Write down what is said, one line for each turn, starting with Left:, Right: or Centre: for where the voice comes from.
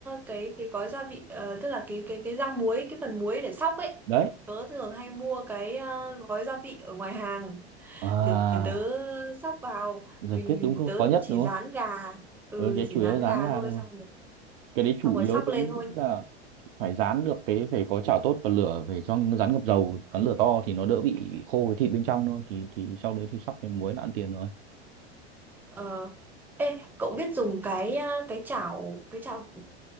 Centre: cái cái gói gia vị ờ, tức là cái cái cái rang muối cái phần muối để sóc ấy
Right: đấy
Centre: tớ thường hay mua cái ờ, gói gia vị ở ngoài hàng
Right: à,
Centre: để, để tớ sóc vào
Right: giải
Centre: mình
Right: quyết đúng không
Centre: tớ
Right: khó nhất
Centre: cũng chỉ
Right: đúng
Centre: rán
Right: không
Centre: gà ừ
Right: ừ, cái
Centre: chỉ
Right: chủ
Centre: rán
Right: yếu rán
Centre: gà
Right: gà
Centre: thôi
Right: thôi mà
Centre: xong rồi
Right: cái đấy chủ
Centre: xong rồi
Right: yếu
Centre: sóc
Right: tôi
Centre: lên
Right: nghĩ
Centre: thôi
Right: là phải rán được cái phải có chảo tốt và lửa phải cho nó rán ngập dầu rán lửa to thì nó đỡ bị, bị khô cái thịt bên trong thôi thì thì sau đấy thì sóc với muối là ăn tiền rồi
Centre: ờ ê cậu biết dùng cái ờ, cái chảo cái chảo